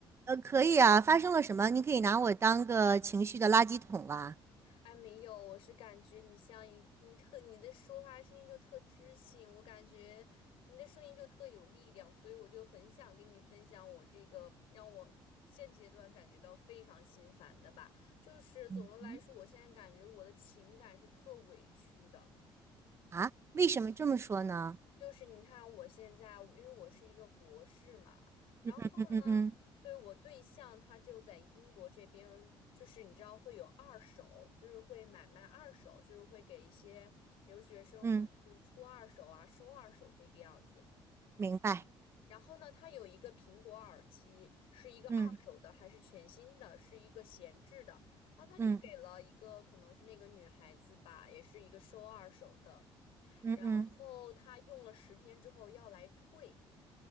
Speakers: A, on the right (about 30°); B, on the left (about 75°).
A: 呃，可以啊，发生了什么？你可以拿我当个情绪的垃圾桶啦。
B: 哎，没有，我是感觉你像一你特你的说话声音就特知性，我感觉你的声音就特有力量，所以我就很想跟你分享我这个让我现阶段感觉到非常心烦的吧，就是总的来说，
A: 嗯哼
B: 我现在感觉我的情感是特委屈的。
A: 啊，为什么这么说呢？
B: 就是你看，我现在因为我是一个博士嘛，然后呢，
A: 嗯嗯嗯嗯嗯
B: 对我对象他就在英国这边，就是你知道会有二手，就是会买卖二手，就是会给一些留学生们就是出二手啊，
A: 嗯，
B: 收二手这个样子。
A: 明白。
B: 然后呢，他有一个苹果耳机，是一个二手的还是全新的，
A: 嗯
B: 是一个闲置的。然后他就给了一个可能是那个女孩子吧，
A: 嗯
B: 也是一个收二手的。
A: 嗯嗯，
B: 然后他用了十天之后要来退，